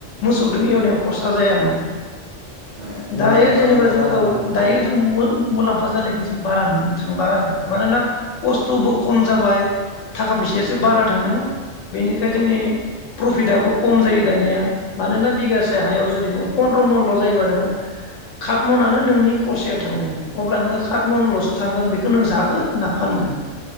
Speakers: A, on the left; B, on the right.
A: मोसौ <inaudible> एवनायाव खरसा जायामोन।
B: माने
A: दायो
B: मुलाम्फा जानायखौ
A: जेनेबा जोङो
B: बारा
A: औ
B: नुनो मोना
A: दायो
B: आरो ना
A: जों मो मुलाम्फा खाजानायखौ जों बारा नुनो थांबा आरो
B: औ
A: मानोना
B: औ
A: खस्थबो खम जाबाय। थाखा फैसायासो
B: औ
A: बारा थाङो बेनिखाय
B: औ
A: जोंनि प्रफिटआबो खम जायो दानिया मानोना बिगासे हायाव जुदि नोङो। पन्द्र मनल जायोबा नोङो, खात मनानो नोंनि खरसाया थांगोन। अब्ला नोङो खात मनलसो थांगोन बेखौ नों जागोन ना फानगोन?